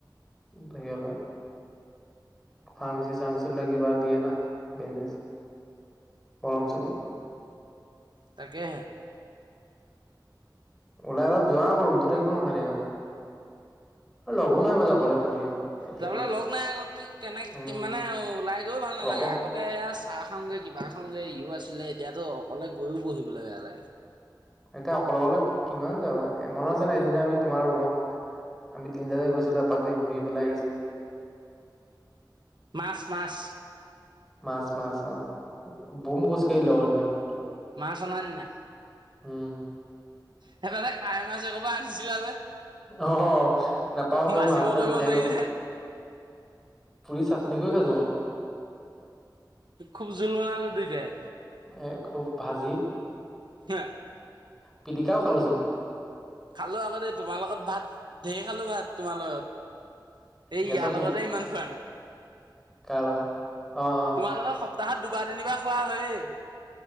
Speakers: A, in the centre; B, on the right (about 70°).
A: হেৰি হলে। ফাৰ্মাচি চাৰ্মাচি কিবা দিয়ে না বেণ্ডেজ মলম চলম।
B: তাকেহে।
A: ওলাই অলপ যোৱাকৌ ৰূমটোতে কিমান সোমাই থাকিবা। লগো নাই মই যাবলৈ তেনেকে ইমান। এতিয়া
B: যাবলে লগ নাই আকৌ কি কেনেক
A: উম,
B: মানে ওলাই গৈও ভাল নালাগে
A: অকল
B: আগ ততে এয়া চাহ খংগে কিবা খংগে ইও আছিলে এতিয়াতো অকলে গৈও বহিবলৈ বেয়া লাগে।
A: এতিয়া অকলে অকলে কিমান যাবা, মনত আছে নাই এদিন যে আমি তোমাৰ ৰুমত আমি তিনিটাে গৈছিলো আপাক যে ঘূৰি পেলাই আহিছিলো।
B: মাছ মাছ
A: মাছ মাছ অ' বুম খোজ কাঢ়িলোঁ ক সেইদিনা খন।
B: মাছ অনাৰ দিনা
A: উম।
B: সেইবা কাই মাছ এডপা আনিছিলা যে।
A: অ, নাপাওঁ বে
B: বাচিব
A: মোৰ হাত চাত
B: কৰিব
A: বিষাই
B: নোৱাৰিলে
A: গ'ল পুৰি চাটনি কৰি খাইছো মই
B: খুব জুলনালো দুইতাই
A: এ' খুব ভাজি
B: <unintelligible>
A: পিটিকাও খালো চোন
B: খালো আকৌ দেই তোমাৰ লগত ভাত ঢেৰ খালো ভাত তোমাৰ লগত এই
A: গেছৰ
B: ইয়াৰ লগতে ইমান খোৱা নাই।
A: কাৰ লগত অ'অ'
B: তোমালোকৰ সপ্তাহত দুবাৰ তিনিবাৰ খোৱা হয়েই।